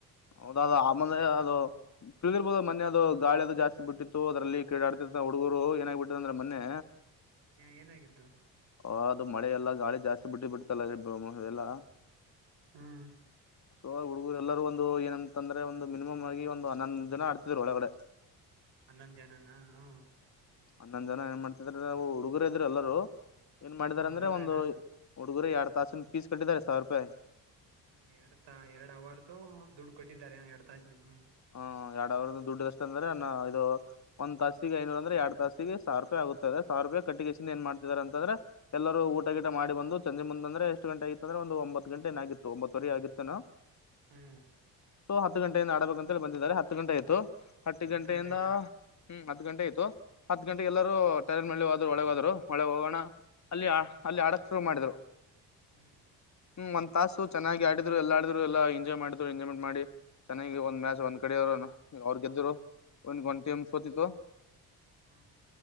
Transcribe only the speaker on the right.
ಹ ಏನಾಗಿದ್ದು.
ಹ್ಮ್
ಹನ್ನೊಂದ್ ಜನಾನ ಹ್ಮ್.
ಹಾ ಹುಡುಗರೇನಾ
ಹ್ಮ್ ಎರಡ್ ತ ಎರಡ್ ಅವರ್ದುು ದುಡ್ಡು ಕೊಟ್ಟಿದ್ದಾರೆ ಎರಡ್ ತಾಸಿಂದ್ಮ್.
ಹ್ಮ್
ಹ್ಮ್
ಹ್ಮ್
ಗಂಟೆ ಆಯ್ತಾ
ಹ್ಮ್
ಹ್ಮ್
ಹ್ಮ